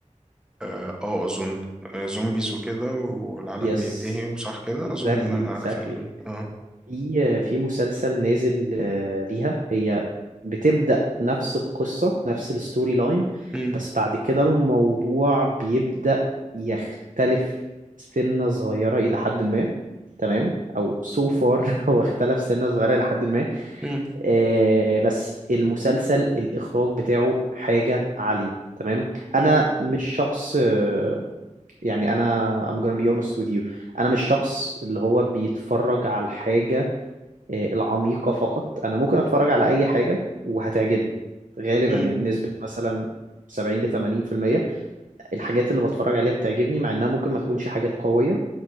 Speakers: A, in the centre; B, on the right.
A: اه آه، اظن آه، زومبيز وكده والعالم
B: يس
A: بينتهي وصح كده
B: اكزاكتلي
A: اظن ان انا
B: اكزاكتلي
A: عارف ال... اه
B: في في مسلسل نازل آه، ليها هي بتبدأ نفس القصة نفس الستوري لاين
A: مم.
B: بس بعد كده الموضوع بيبدأ يختلف سنة صغيرة إلى حد ما تمام أو so far <laughs> هو اختلف سنة صغيرة إلى حد ما
A: مم.
B: آه، بس المسلسل الإخراج بتاعه حاجة عالية تمام أنا
A: مم.
B: مش شخص آه، يعني أنا I'm gonna be honest with you أنا مش شخص اللي هو بيتفرج على حاجة آه، العميقة فقط أنا ممكن أتفرج على أي حاجة وهتعجبني غالبا
A: مم.
B: يعني بنسبة مثلا 70 ل 80% الحاجات اللي بتفرج عليها بتعجبني مع إنها ممكن ما تكونش حاجات قوية